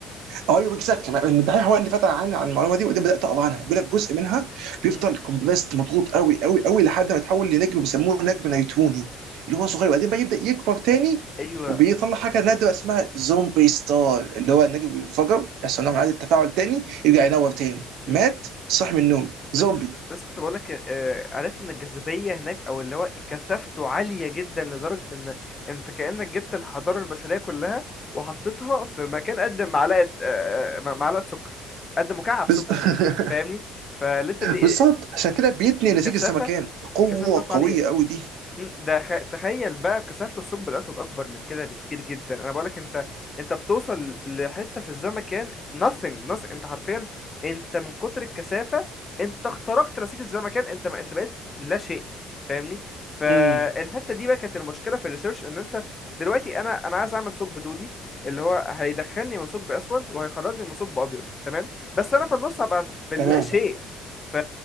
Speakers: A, on the right; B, on the left.
A: ايوه اكزاكتلي الدحيح هو اللي فتح عن عن المعلومه دي وبعدين بدات اقرا عنها بيقول لك جزء منها بيفضل
B: مم،
A: كومبلست مضغوط قوي قوي قوي لحد ما يتحول لنجم بيسموه نجم نيتوني اللي هو صغير وبعدين بقى يبدا يكبر تاني
B: ايوه
A: وبيطلع حاجه نادره اسمها زومبي ستار اللي هو النجم بينفجر يحصل نوع
B: مم،
A: من انواع التفاعل تاني يرجع
B: مم،
A: ينور تاني
B: مم.
A: مات صح من النوم زومبي
B: لسه كنت لسه كنت بقول لك آه، عرفت ان الجاذبيه هناك او اللي هو كثافته عاليه جدا لدرجه ان انت كانك جبت الحضاره البشريه كلها وحطيتها في مكان قد معلقه آه، آه، معلقه سكر قد مكعب
A: بز...
B: سكر
A: <laughs>
B: فاهمني فليترلي
A: بالظبط عشان كده بيتني نسيج
B: الكثافه
A: السمكان قوه
B: الكثافه بتاعته
A: قويه
B: عاليه
A: قوي دي
B: مم، ده خ... تخيل بقى كثافة الثقب الأسود أكبر من كده بكتير جدا أنا بقولك أنت أنت بتوصل لحتة في الزمكان nothing nothing أنت حرفيا أنت من كتر الكثافة أنت اخترقت نسيج الزمكان أنت ما... أنت بقيت لا شيء فاهمني فالحتة
A: امم
B: دي بقى كانت المشكلة في الريسيرش إن أنت دلوقتي أنا أنا عايز أعمل ثقب دودي اللي هو هيدخلني من ثقب أسود وهيخرجني من ثقب أبيض تمام بس أنا في النص هبقى في اللا
A: تمام
B: شيء ف...